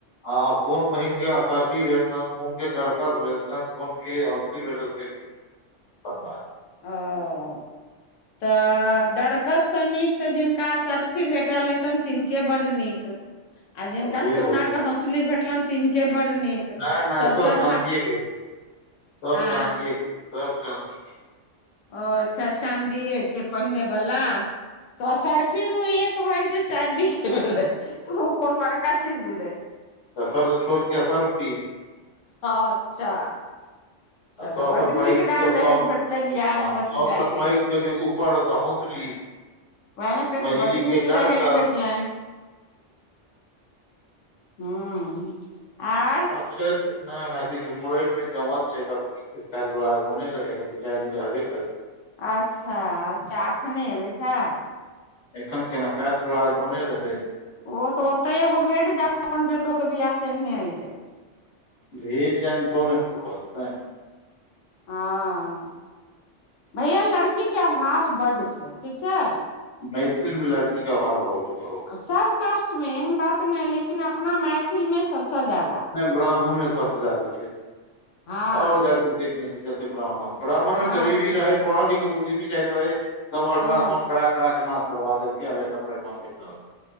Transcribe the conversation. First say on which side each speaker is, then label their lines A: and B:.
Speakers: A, on the left (about 70°); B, on the left (about 85°).
A: हँ, कोन बहिनके असर्फी भेटल कोनके डरकस भेटल कोन केसे। पापा
B: ओ तऽ डरकससँ, नीक तऽ जिनका असर्फी भेटल हेथन तिनके बड्ड नीक आ जिनका
A: आब जे
B: सोनाके
A: होइ
B: हौसली भेटल तिनके बड नीक।
A: नहि, नहि
B: सभसँ
A: सभ
B: घट
A: चाँदिके सभ
B: आ
A: चाँदिके सभ चदी।
B: ओ अच्छा चाँदिये के पहिनेवला तो सर्फी एक भरके चाँदीक के भेलै तू कोन बड़का चीज भेलै
A: तऽ सर छोटके सारफी।
B: ह, चार। तऽ
A: आ सभसँ
B: बड्ड
A: पैघ
B: नीक दान-दहेज
A: सभ
B: भेटलै विवाहमे
A: हँ
B: भतीजाके।
A: सभसँ पैघ छली ऊपरसँ हौसली
B: वए न कहलिए
A: मझली
B: बड
A: के
B: नीक
A: डरकस
B: दहेज भेट लनि हँ, आ।
A: <unintelligible> काल दूरागमने रह दू चारि दिन रहबै काल
B: अच्छा अच्छा एखने एयलैथ हँ
A: एखन केना काल दुरागमने रहै।
B: ओ तऽ ओतेहि एगो भेट जा अपन बेटोके बिआह केह अइ हइ
A: भे डिजाइन तो नेत <unintelligible>
B: हँ, भैया लड़कीके अभाव बड्ड छै, ठीक छै।
A: मैथिल मे लड़की क अभाव भ गेलै बहुत
B: सभ कास्टमे एहन बात नहि लेकिन अपना मैथिलमे सभसँ ज्यादा।
A: ब्राह्मणमे सभसँ जादे छै,
B: हँ
A: ओर जाक देखने छै। ब्राह्मण ब्राह्मणमे
B: हँ
A: गरीबी रहै पढ़ल लिखे बुझी भी जाइत रहै। सब अल्ट्रासाउंड
B: हँ
A: कड़ा कड़ा के नास करवा देलके आब एकर परिणाम भेट रहल छै